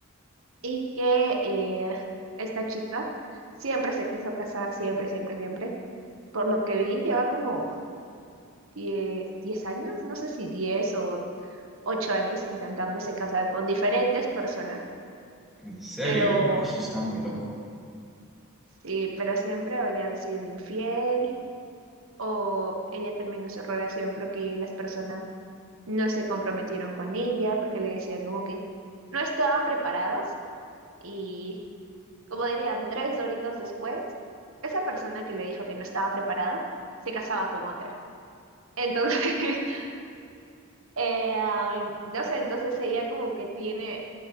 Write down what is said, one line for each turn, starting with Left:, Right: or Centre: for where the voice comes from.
Right: Y que eh, esta chica siempre se quiso casar, siempre, siempre, siempre. Por lo que vi, lleva como diez diez años, no sé si diez o ocho años intentándose casar con diferentes personas,
Centre: En serio,
Right: pero
Centre: Uy, eso está muy loco.
Right: sí, pero siempre o le han sido infiel o ella terminó su relación porque las personas no se comprometieron con ella, porque le decían como que no estaban preparados y como dirían, tres doritos después, esa persona que le dijo que no estaba preparado se casaba con otra. Entonces, <laughs> eh, ah, no sé, entonces ella como que tiene